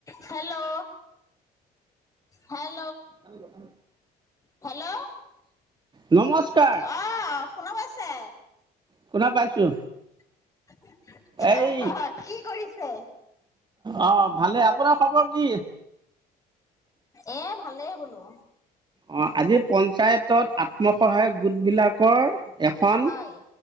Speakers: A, on the left; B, on the right.
A: Hello, hello হে
B: hello, hello
A: hello
B: নমস্কাৰ
A: অ শোনা পাইছে।
B: শুনা পাইছো।
A: <unintelligible>
B: এই,
A: অহ কি কৰিছে?
B: অ ভালেই আপোনাৰ খবৰ কি?
A: এ ভালেই বোলো।
B: অ আজি পঞ্চায়তত আত্মসহায়ক গোট বিলাকৰ এখন
A: হয়